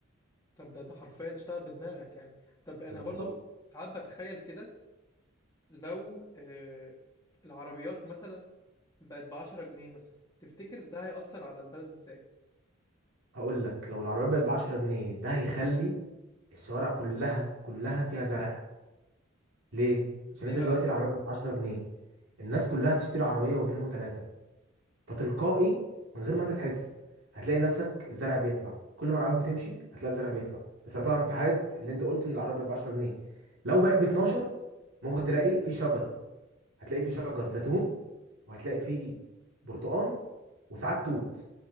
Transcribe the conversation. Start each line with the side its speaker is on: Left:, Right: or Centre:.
Left: طب ده ده حرفيا تشتغل بدماغك يعني طب انا
Right: بالظبط
Left: برضو ساعات بتخيل كده لو أه العربيات مثلا بقت بعشرة جنيه مثلا تفتكر ده هيأثر على البلد ازاي
Right: هقول لك لو العربيه بقت ب 10 جنيه ده هيخلي الشوارع كلها كلها فيها زرع ليه عشان
Left: ليه
Right: انت
Left: بقى
Right: دلوقتي العربيه بقت ب 10 جنيه الناس كلها هتشتري عربيه واثنين وثلاثه فتلقائي من غير ما انت تحس هتلاقي نفسك الزرع بيطلع كل ما العربيات بتمشي هتلاقي الزرع بيطلع بس ده طبعا في حاله اللي انت قلت ان العربيه ب 10 جنيه لو بقت ب 12 ممكن تلاقي في شجر هتلاقي في شجر زيتون وهتلاقي فيه برتقان وساعات توت